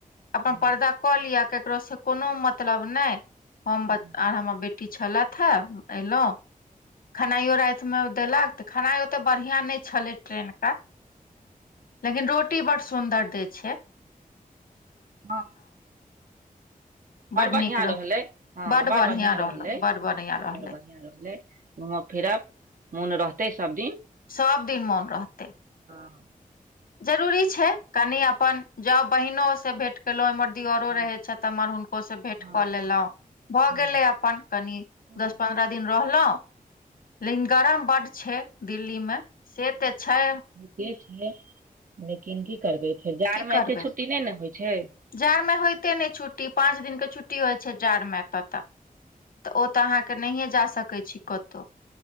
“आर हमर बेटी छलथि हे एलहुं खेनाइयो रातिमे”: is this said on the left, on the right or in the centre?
Left